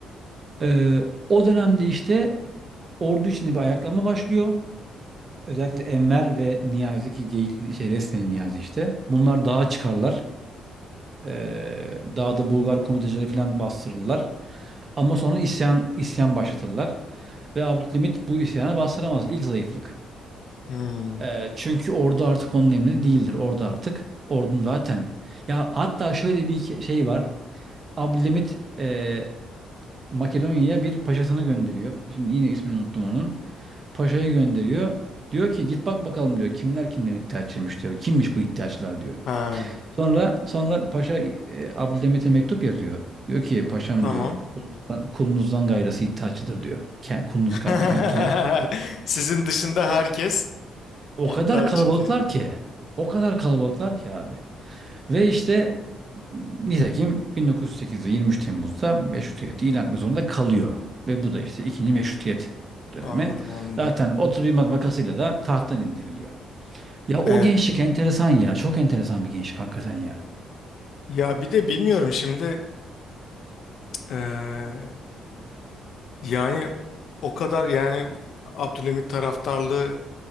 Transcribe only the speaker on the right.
E, o dönemde işte ordu içinde bir ayaklanma başlıyor. Özellikle Enver ve Niyazi ki Geyikli, şey Resneli Niyazi işte. Bunlar dağa çıkarlar. Ee, daha da Bulgar komitacıları falan bastırırlar. Ama sonra isyan isyan başlatırlar. Ve Abdülhamit bu isyana bastıramaz. İlk zayıflık.
Ee, çünkü orada artık onun emri değildir. Orada artık ordunun zaten. Ya hatta şöyle bir ke- şey var. Abdülhamit e, Makedonya'ya bir paşasını gönderiyor. Şimdi yine ismini unuttum onun. Paşayı gönderiyor. Diyor ki git bak bakalım diyor. Kimler kimler iddiaçıymış diyor. Kimmiş bu iddiaçılar diyor.
Sonra sonra Paşa e, Abdülhamit'e mektup yazıyor. Diyor ki paşam
diyor kulunuzdan, kulunuzdan gayrısı iddiaçıdır diyor. Ke- Kulunuz
kadar yani ke-
o ka-
o
kadar kalabalıklar
ki. O kadar kalabalıklar ki abi. Ve işte nitekim 1908'de 23 Temmuz'da meşrutiyeti ilan etmek zorunda kalıyor. Ve bu da işte ikinci meşrutiyet dönemi.
Zaten 31 Mart vakasıyla da tahttan indiriliyor. Ya o
gençlik enteresan ya. Çok enteresan bir gençlik hakikaten ya.